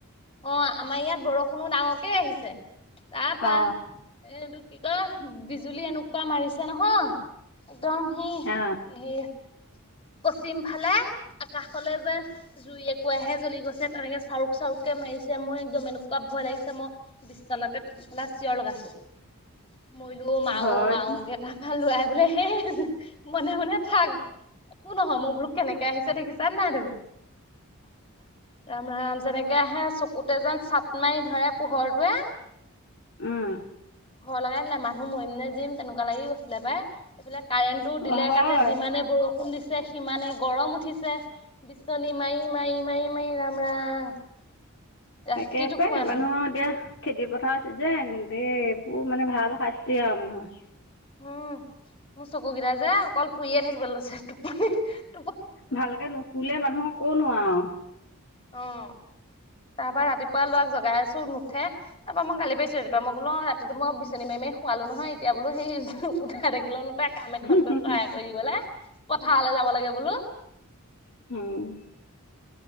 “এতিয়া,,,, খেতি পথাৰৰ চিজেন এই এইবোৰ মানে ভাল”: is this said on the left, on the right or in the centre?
Left